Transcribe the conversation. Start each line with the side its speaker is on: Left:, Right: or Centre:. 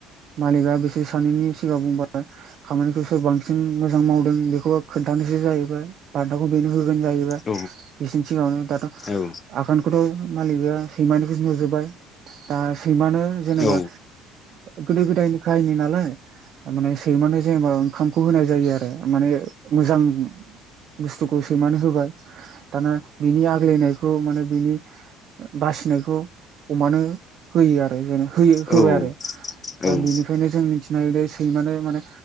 Right: मालिकआ बिसोर सानैनि सिगां बुंबाय खामानिखौस बांसिन मोजां मावदों बेखौ आ खोन्थानो सो जायोबाय बान्दाखौ बेनो होगोन जाहैबाया
Left: औ
Right: बिसनि सिगाङावनो दाथ'
Left: औ ओं
Right: आगानखौथ' मालिकआ सैमानिखो नुजोबबाय आ सैमानो जेनेबा
Left: औ
Right: गोदो गोदाय नि काहनि नालाय माने सैमानो जेनेबा ओंखामखौ होनाय जायो आरो माने मोजां उम बुस्थुखौ सैमनानै होबाय दाना बिनि आगलायनायखौ माने बिनि बासिनायखौ अमानो होयो आरो जेन होयो
Left: औ
Right: होबाय आरो दा
Left: औ उम
Right: बेनिखायनो जों मिथिनो हायो द सैमानो माने